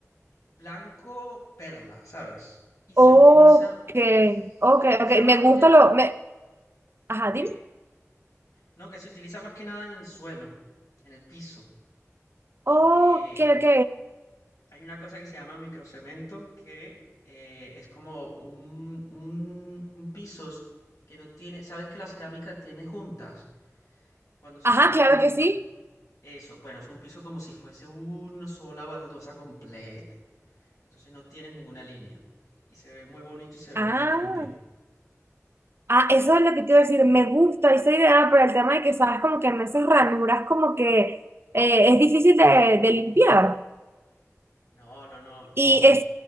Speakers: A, on the left (about 80°); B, on the right (about 50°).
A: blanco perla, ¿sabes? Y
B: Ok,
A: se utiliza, se
B: ok,
A: utiliza
B: ok,
A: más
B: me gusta
A: que nada,
B: lo... Me... Ajá,
A: ¿sí?
B: dime.
A: No, que se utiliza más que nada en el suelo, en el piso.
B: Ok,
A: Eh,
B: ok.
A: hay una cosa que se llama microcemento que eh, es como un, un, un piso que no tiene, ¿sabes que la cerámica tiene juntas? Cuando son
B: Ajá, claro que sí.
A: eso, bueno, es un piso como si fuese una sola baldosa completa. Entonces no tienes ninguna línea. Y se ve muy bonito y se ve
B: Ah.
A: muy limpio.
B: Ah, eso es lo que te iba a decir, me gusta esa idea, pero el tema de que sabes como que en esas ranuras como que eh, es difícil de, de limpiar.
A: No, no, no, no.
B: Y, es,